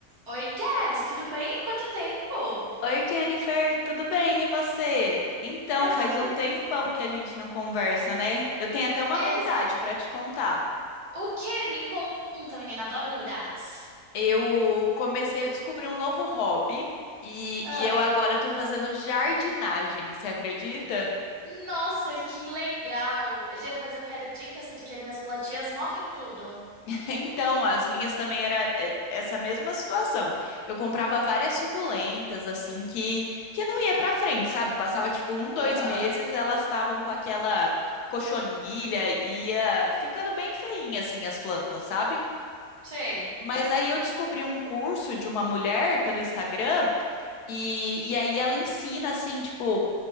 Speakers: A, on the right; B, on the left.
A: Oi, Jess, tudo bem? Quanto tempo?
B: Oi, Jennifer, tudo bem? E você? Então,
A: Eu
B: faz
A: tô
B: um
A: bem
B: tempão
A: também.
B: que a gente não conversa, né? Eu tenho até uma
A: Exato.
B: novidade para te contar.
A: O que? Me conta, menina. Adoro novidades.
B: Eu comecei a descobrir um novo hobby e,
A: Ah,
B: e eu agora tô fazendo jardinagem, você acredita?
A: nossa, que legal. Depois eu quero dicas porque minhas plantinhas morrem tudo.
B: Então, as minhas também era eh, essa mesma situação. Eu comprava várias suculentas, assim, que, que não ia pra frente, sabe? Passava tipo um, dois
A: Aham,
B: meses, elas estavam com aquela cochonilha, ia ficando bem feinha, assim, as plantas, sabe?
A: sei.
B: Mas aí eu descobri um curso de uma mulher pelo Instagram e, e aí ela ensina, assim, tipo,